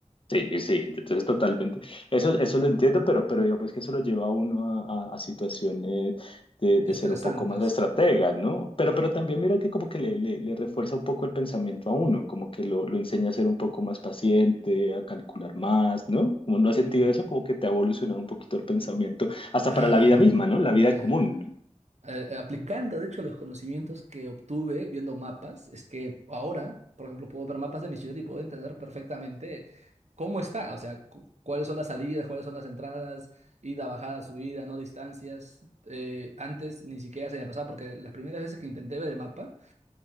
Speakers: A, on the left (about 45°); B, on the right (about 70°).
A: Sí, sí, entonces totalmente. Eso, eso lo entiendo, pero, pero digamos que eso lo lleva a uno a, a- a situaciones de, de
B: Estresantes.
A: ser un poco más estratega, ¿no? Pero, pero también mira que como que le, le, le refuerza un poco el pensamiento a uno, como que lo, lo enseña a ser un poco más paciente, a calcular más, ¿no? Como no has
B: Mm.
A: sentido eso, como que te ha evolucionado un poquito el pensamiento, hasta
B: Ah,
A: para la vida misma, ¿no? La
B: de-
A: vida común.
B: eh, aplicando, de hecho, los conocimientos que obtuve viendo mapas, es que ahora, por ejemplo, puedo ver mapas de mi ciudad y puedo entender perfectamente cómo está, o sea, cu- cuáles son las salidas, cuáles son las entradas, ida, bajada, subida, no distancias. Eh, antes ni siquiera se me pasaba, porque las primeras veces que intenté ver el mapa,